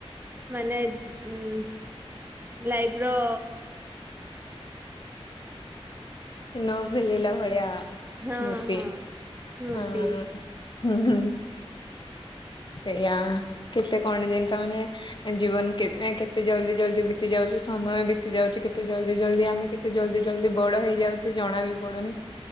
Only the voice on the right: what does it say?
ମାନେ ଉଁ ଲାଇଫ ର
ହଁ
ହଁ ସ୍ମୃତି